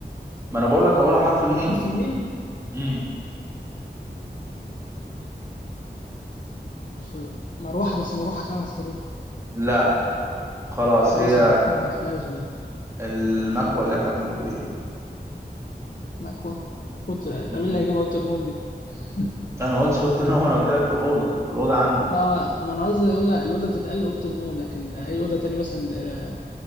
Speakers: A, on the right (about 15°); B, on the left (about 50°).
A: ما انا بقول لك اولها حرف الميم
B: لحرف الميم
A: امم
B: في مروحة بس مروحة خمس حروف
A: لا خلاص
B: خلاص
A: هي
B: أنا <laughs> ما عرفتهاش بقى
A: المكوة اللي احنا بنكوي
B: مكوة قلت طب
A: بيها
B: إيه اللي هيجيب أوضة النوم دي؟ <laughs>
A: انا ما قلتش اوضه النوم انا قلت لك في الاوضه في الاوضه عندي
B: ما ما أنا قصدي الأوضة الأوضة بتتقال أوضة النوم لكن أي أوضة تانية مثلا